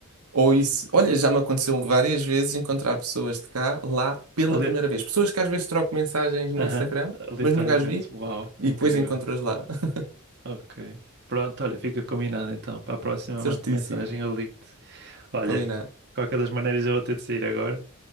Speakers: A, on the right; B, on the right.
A: Ou isso, olha,
B: De-
A: já me aconteceu várias vezes encontrar pessoas de cá, lá, pela
B: ale-
A: primeira vez. Pessoas que às vezes troco mensagens no
B: Aham,
A: Instagram,
B: Aleatoriamente.
A: mas nunca as vi,
B: Uau,
A: e
B: incrível.
A: depois encontro-as lá. <laughs>
B: Ok. Pronto, olha, fica combinado então. Para a próxima,
A: Certíssimo.
B: mando-te mensagem, eu ligo-te. Olha,
A: Combinado.
B: de qualquer das maneiras eu vou ter de sair agora,